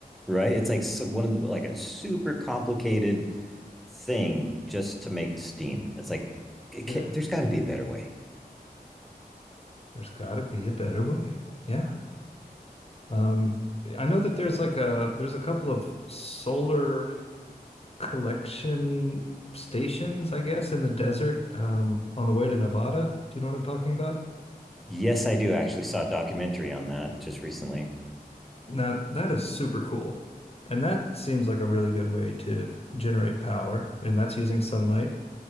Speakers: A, in the centre; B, on the left (about 40°).
A: right it's like so, one of the like a super complicated thing just to make steam it's like it
B: Yeah,
A: ca- there's got to be a better way
B: there's got to be a better way. Yeah. Um, I know that there's like a there's a couple of solar collection stations, I guess, in the desert um, on the way to Nevada. Do you know what I'm talking about?
A: yes i do actually saw a documentary on that just recently
B: Now, that is super cool. And that seems like a really good way to generate power, and that's using sunlight.